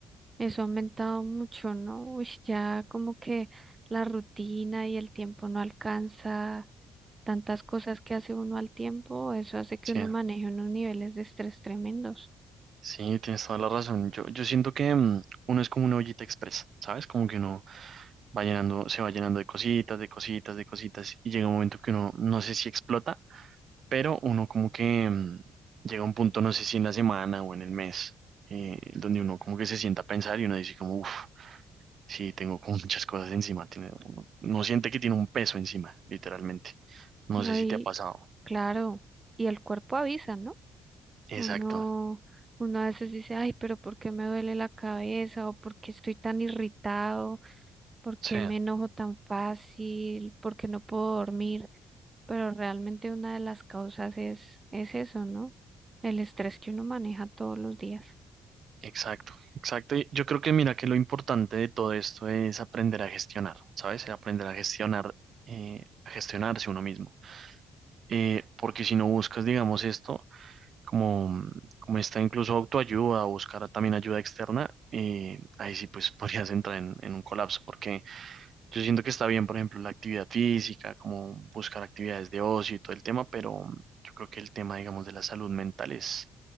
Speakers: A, on the right; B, on the right.
A: eso ha aumentado mucho, ¿no? Uy, ya como que la rutina y el tiempo no alcanza tantas cosas que hace uno al tiempo, eso hace que
B: Sí,
A: uno maneje unos niveles de estrés tremendos,
B: sí, tienes toda la razón. Yo, yo siento que mm, uno es como una ollita expresa ¿sabes? Como que uno va llenando, se va llenando de cositas, de cositas, de cositas, y llega un momento que uno no sé si explota pero uno como que mm, llega a un punto, no sé si en la semana o en el mes, eh, donde uno como que se sienta a pensar y uno dice como, uff, sí, tengo como <laughs> muchas cosas encima, tiene, uno, uno siente que tiene un peso encima, literalmente. No
A: ¿no?
B: sé si
A: Y
B: te ha pasado.
A: claro, y el cuerpo avisa, ¿no? Uno,
B: Exacto,
A: uno a veces dice, ay, pero ¿por qué me duele la cabeza? ¿O por qué estoy tan irritado? ¿Por qué
B: sí,
A: me enojo tan fácil? ¿Por qué no puedo dormir? Pero realmente una de las causas es, es eso, ¿no? El estrés que uno maneja todos los días.
B: exacto, exacto. Y Yo creo que mira que lo importante de todo esto es aprender a gestionar, ¿sabes? Aprender a gestionar, eh, a gestionarse uno mismo. Eh, porque si no buscas, digamos, esto, como, mm, como está incluso autoayuda o buscar también ayuda externa, eh, ahí sí pues <laughs> podrías entrar en, en un colapso, porque yo siento que está bien, por ejemplo, la actividad física, como buscar actividades de ocio y todo el tema, pero yo creo que el tema, digamos, de la salud mental es,